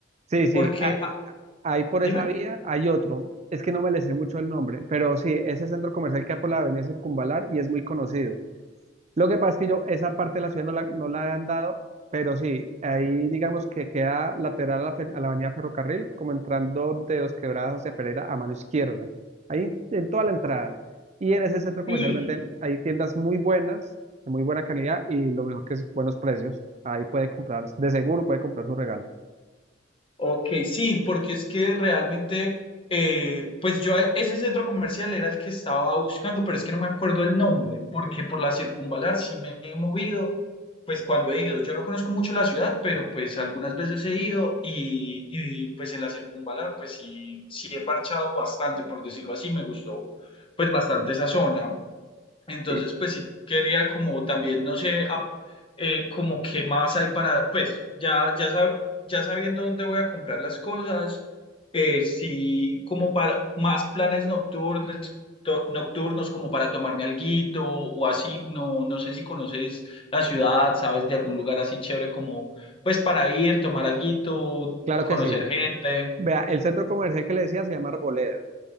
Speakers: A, on the right; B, on the left.
A: Sí, sí,
B: porque,
A: a-
B: ah,
A: ahí por esa
B: dime.
A: vía hay otro, es que no me le sé mucho el nombre, pero sí, ese centro comercial que hay por la avenida Circunvalar y es muy conocido. Lo que pasa es que yo esa parte de la ciudad no la, no la han dado, pero sí, ahí digamos que queda lateral a la, fe- a la avenida Ferrocarril, como entrando de Dos Quebradas hacia Pereira a mano izquierda, ahí en toda la entrada. Y en ese centro comercial
B: Sí.
A: venden, hay tiendas muy buenas, de muy buena calidad y lo mejor que es buenos precios. Ahí puede comprar, de seguro puede comprar su regalo.
B: Ok, sí, porque es que realmente, eh, pues yo a- ese centro comercial era el que estaba buscando, pero es que no me acuerdo el nombre, porque por la circunvalar sí me he movido, pues cuando he ido, yo no conozco mucho la ciudad, pero pues algunas veces he ido y, y, pues en la circunvalar pues sí, sí he parchado bastante, por decirlo así, me gustó pues bastante esa zona. Entonces,
A: Sí,
B: pues sí quería como también, no sé, ap- eh, como qué más hay para, pues ya, ya, sab- ya sabiendo dónde voy a comprar las cosas, eh, sí como para más planes nocturnos, to- nocturnos como para tomarme alguito o así, no, no sé si conoces la ciudad, sabes de algún lugar así chévere como, pues para ir, tomar alguito,
A: claro
B: conocer
A: que sí.
B: gente,
A: Vea, el centro comercial que le decía se llama Arboleda,